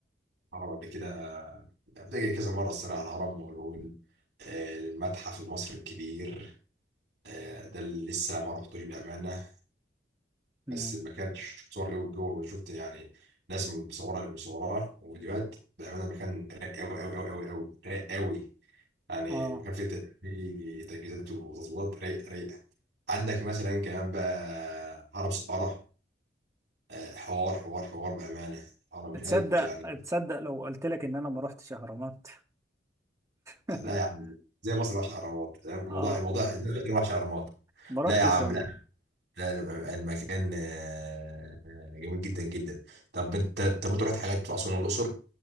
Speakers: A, on the right; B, on the right.
A: الهرم قبل كده رحت كذا مره الصراحه الهرم والهول آه، المتحف المصري الكبير آه، ده اللي لسه ما رحتوش بامانه
B: امم
A: بس ما كانش صور له جوه وشفت يعني ناس مصوره مصوره وفيديوهات بامانه المكان رايق قوي قوي قوي قوي قوي رايق قوي يعني
B: اه
A: المكان فيه ت- فيه تجهيزات وتظبيطات رايقه رايقه عندك مثلا كمان بقى هرم سقاره آه، حوار حوار حوار بامانه هرم هناك
B: تصدق
A: يعني
B: تصدق لو قلت لك ان انا ما رحتش اهرامات <laughs>
A: لا يا عم زي مصر وحش اهرامات الموضوع
B: اه
A: الموضوع زي مصر وحش اهرامات
B: ما رحتش
A: لا يا عم
B: والله
A: لا لا لا، المكان آه، آه، جميل جدا جدا طب انت طب انت رحت حاجات في اسوان والاقصر؟